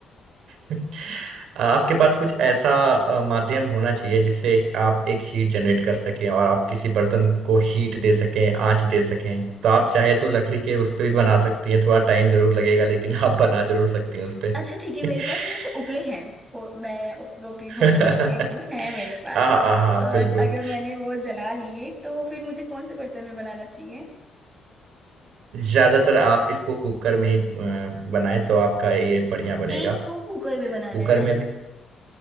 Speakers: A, on the right (about 75°); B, on the right (about 20°).
A: <laughs> आपके पास कुछ ऐसा अ, माध्यम होना चाहिए जिससे आप एक हीट जनरेट कर सकें और आप किसी बर्तन को हीट दे सकें आंच दे सकें तो आप चाहे तो लकड़ी के उस पे भी बना सकती हैं थोड़ा टाइम जरूर लगेगा लेकिन आप बना जरूर सकती हैं उस पे
B: अच्छा ठीक है मेरे
A: <laughs>
B: पास ना वैसे उपले हैं वो- मैं उपलों की
A: <laughs>
B: बहुत शौकीन हूँ है मेरे पास
A: हाँ हाँ हाँ
B: और
A: बिल्कुल
B: अगर मैंने वो जला लिए तो फिर मुझे कौन से बर्तन में बनाना चाहिए
A: ज्यादातर आप इसको कुकर में ही अ, बनाएं तो आपका ये बढ़िया बनेगा
B: केक को कुकर में बनाना
A: कुकर
B: है राइट
A: में भी